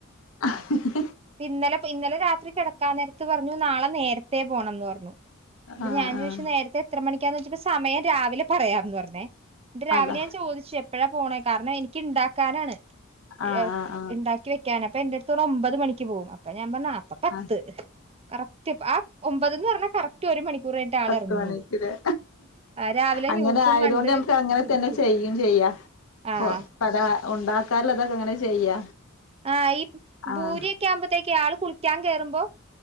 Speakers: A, on the left (about 80°); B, on the right (about 30°).
A: ആ ഹ് ഹ്
B: ഇന്നലെ പ്പൊ, ഇന്നലെ രാത്രി കെടക്കാൻ നേരത്ത് പറഞ്ഞു, നാളെ നേരത്തേ പോണംന്ന് പറഞ്ഞു. അപ്പൊ
A: ആഹ്
B: ഞാൻ
A: ആഹ്
B: ചോദിച്ചു നേരത്തെ എത്ര മണിക്കാന്ന് ചോദിച്ചപ്പോ സമയം രാവിലെ പറയാംന്ന് പറഞ്ഞേ. എന്നിട്ട് രാവിലെ
A: അതാ
B: ഞാൻ ചോദിച്ചു, എപ്പഴാ പോണേ കാരണം എനിക്ക്ണ്ടാക്കാനാണ്
A: ആഹ്
B: എഹ്
A: ആഹ് ആഹ്
B: ഇണ്ടാക് ക്കി വെക്കാൻ, അപ്പൊ എന്റെടുത്ത് പറഞ്ഞു, ഒമ്പത് മണിക്ക് പോവും. അപ്പ ഞാൻ പറഞ്ഞു അപ്പ പത്ത്
A: ആഹ്
B: കറക്റ്റ് ആ ഒമ്പതന്ന് പറഞ്ഞാ കറക്റ്റ് ഒരു മണിക്കൂർ കഴിഞ്ഞിട്ട് ആൾ
A: പത്ത്
B: ഇറങ്ങുള്ളൂ
A: മണിക്ക്ലേ
B: രാവിലെ
A: അങ്ങനെ
B: ന്യൂസും
A: ആയതോണ്ട്
B: കണ്ട്
A: ഞമ്മക്ക് അങ്ങനെ
B: ഇരിക്കും
A: തന്നെ ചെയ്യും ചെയ്യ,. ഇപ്പൊ
B: ആഹ്
A: പല ഉണ്ടാക്കാല്ലതൊക്കെങ്ങനെ ചെയ്യാ
B: ആഹ് ഈ
A: ആഹ്
B: ഭൂരി ഒക്കെയാവുമ്പൊത്തേക്ക് ആള് കുളിക്കാൻ കേറുമ്പോ